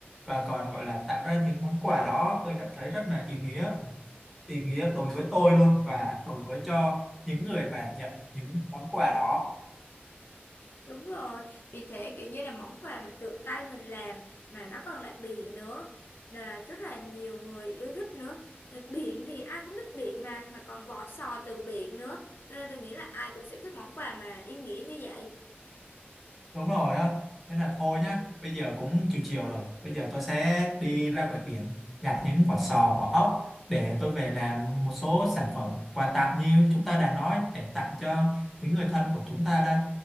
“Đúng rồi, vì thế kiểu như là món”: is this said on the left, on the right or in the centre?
Left